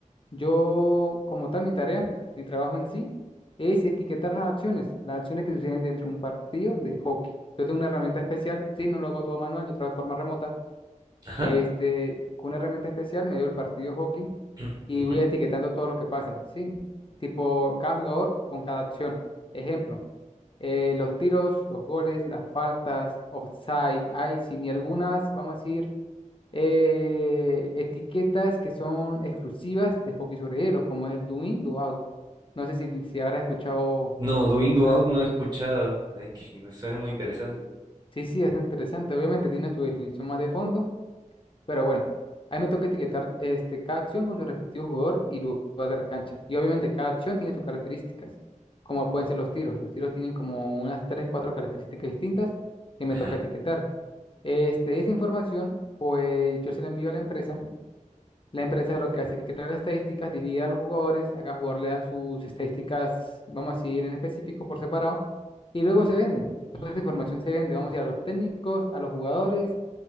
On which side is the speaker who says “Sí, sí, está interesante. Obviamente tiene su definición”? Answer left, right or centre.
Left